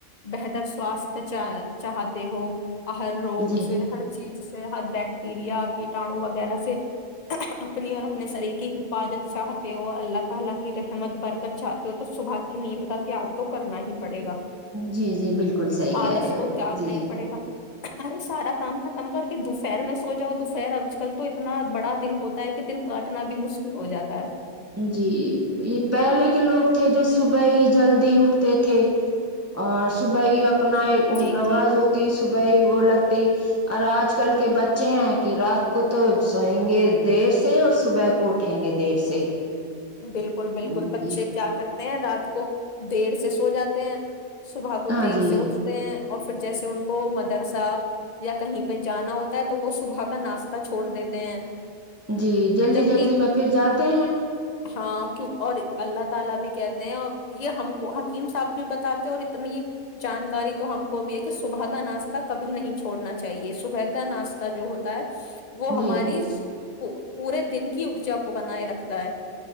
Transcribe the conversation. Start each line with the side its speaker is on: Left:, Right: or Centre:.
Left: بہتر سواستھ چ چاہتے ہو ہر روگ
Right: جی
Left: سے ہر چیز سے ہر بیکٹیریا کیٹاڑو وغیرہ سے اپنی اور اپنے شریر کی حفاظت چاہتے اور اللہ تعالی کی رحمت برکت چاہتے ہو تو صبح نیت کا تیاگ تو کرنا ہی پڑے گا
Right: جی جی بالکل صحی کہہ
Left: آلس
Right: رہے
Left: کو
Right: ہو
Left: تیاگ
Right: جی
Left: نہیں پڑے گا ارے سارا کام ختم کر کے دوپہر میں سو جاؤ دوپہر آج کل تو اتنا بڑا دن ہوتا ہے کہ دن کاٹنا بھی مشکل ہو جاتا ہے
Right: جی یہ پہلے کے لوگ تھے جو صبح ہی جلدی اٹھتے تھے اور صبح ہی اپنا ایک
Left: ہے جی
Right: نواز
Left: جی
Right: ہوتی صبح ہی وہ لگ اور آج کل کے بچے ہیں کہ رات کو تو سوئیں گے دیر سے اور صبح کو اٹھیں گے دیر سے
Left: بالکل بالکل
Right: ہوں
Left: بچے
Right: جی
Left: کیا کرتے ہیں رات کو دیر سے سو جاتے ہیں صبح کو
Right: ہاں
Left: دیر
Right: جی
Left: سے اٹھتے ہیں اور پھر جیسے ان کو مدرسہ یا کہیں پہ جانا ہوتا ہے تو وہ صبح کا ناشتہ چھوڑ دیتے ہیں
Right: جی جلدی
Left: جبکہ
Right: جلدی میں پھر جاتے ہیں
Left: <inaudible> وہ
Right: جی
Left: ہماری پورے دن کی ارجا کو بنائے رکھتا ہے